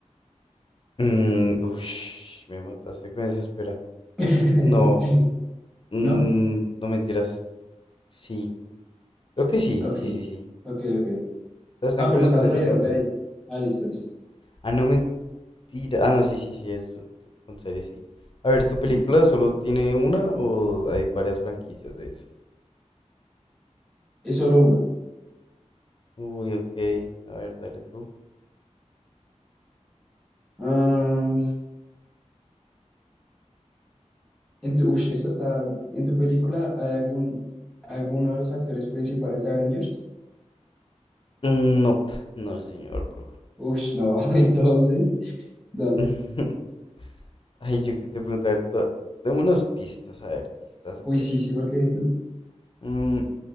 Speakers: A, on the left (about 45°); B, in the centre.
A: mm, ush, me mataste con esa espera.
B: <laughs>
A: No, mm,
B: ¿No?
A: no mentiras. Sí, Creo que sí,
B: Ok,
A: sí, sí, sí.
B: ok, ok.
A: O sea, están
B: Ah,
A: como
B: pero está
A: en 13
B: alrededor
A: promedio.
B: de ahí. Ah, listo, listo,
A: Ah, no mentira. Ah, no, sí, sí, sí, es con serie, sí. A ver, ¿tu película
B: listo.
A: solo tiene una o hay varias franquicias de esa?
B: Es solo una.
A: Uy, ok. A ver, dale tú.
B: Ah, en tu, ush, esta está- ¿en tu película hay algún, alguno de los actores principales de Avengers?
A: Mm, No, no, señor, bro.
B: Ush, no, <laughs> entonces, dale.
A: <laughs> Ay, yo que te preguntar. to- Dame unas pistas, a ver, pistas
B: Uy,
A: buenas.
B: sí, sí, porque...
A: Mm,